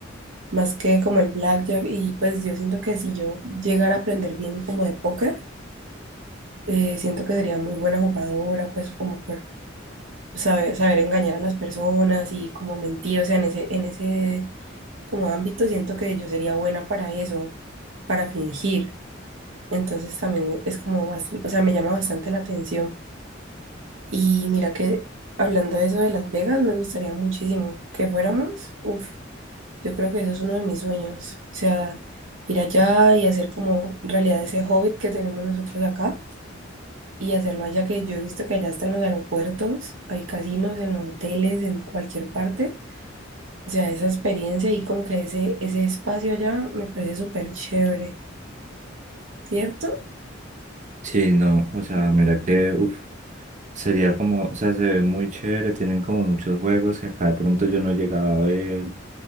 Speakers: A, on the right; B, on the right.
A: Más que como el blackjack. Y pues yo siento que si yo llegara a aprender bien como de póker, eh, siento que sería muy buena jugadora, pues como por saber, saber engañar a las personas y como mentir. O sea, en ese, en ese como ámbito siento que yo sería buena para eso, para fingir. Entonces también es como bastante, o sea, me llama bastante la atención. Y mira que hablando de eso de Las Vegas, me gustaría muchísimo que fuéramos. Uf, yo creo que eso es uno de mis sueños. O sea, ir allá y hacer como realidad ese hobbit que tenemos nosotros acá y hacerlo allá, que yo he visto que allá están los aeropuertos, hay casinos, en los hoteles, en cualquier parte. O sea, esa experiencia y como que ese, ese espacio allá me parece súper chévere, ¿cierto?
B: Sí, no, o sea, mira que, uf, sería como, o sea, se ve muy chévere, tienen como muchos juegos que acá de pronto yo no llegaba a ver,